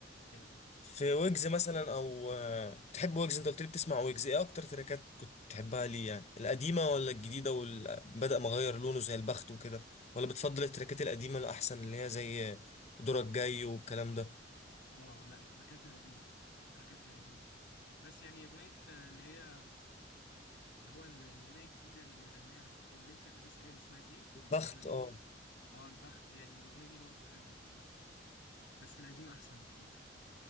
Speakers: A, on the left; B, on the left.
A: كان
B: في ويجز مثلا او آه، بتحب ويجز انت قلت لي بتسمع ويجز ايه اكتر تراكات كنت تحبها ليه يعني القديمه ولا الجديده وال... بدأ مغير لونه زي البخت وكده ولا بتفضل التراكات القديمه الاحسن اللي هي زي آه، دورك جاي والكلام ده
A: اه لا التراكات القديمة التراكات القديمة بس يعني أغنية آه، اللي هي اللي هو ال- الأغنية الجديدة اللي غناها أنا مش فاكر اللي أنت لسه قايل اسمها إيه
B: البخت
A: كانت اسمها إيه
B: اه
A: دي اه البخت يعني الأغنية دي برضو حلوة مش وحشة بس القديم أحسن بكتير